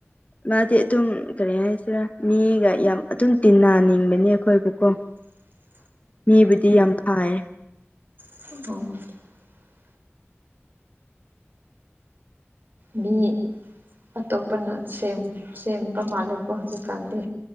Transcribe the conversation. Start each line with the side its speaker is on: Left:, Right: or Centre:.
Left: ꯃꯥꯗꯤ ꯑꯗꯨꯝ ꯀꯔꯤ ꯍꯥꯏꯁꯤꯔꯥ ꯃꯤꯒ ꯌꯥꯝ ꯑꯗꯨꯝ ꯇꯤꯟꯅꯅꯤꯡꯕꯅꯤ ꯑꯩꯈꯣꯏꯕꯨꯀꯣ
Right: <inaudible>
Left: ꯃꯤꯕꯨꯗꯤ ꯌꯥꯝ ꯐꯩꯑꯦ
Right: <unintelligible> ꯃꯤ ꯑꯇꯣꯞꯄꯅ ꯁꯦꯝ ꯁꯦꯝꯕ ꯃꯥꯜꯂꯦꯀꯣ ꯍꯧꯖꯤꯛꯀꯥꯟꯗꯤ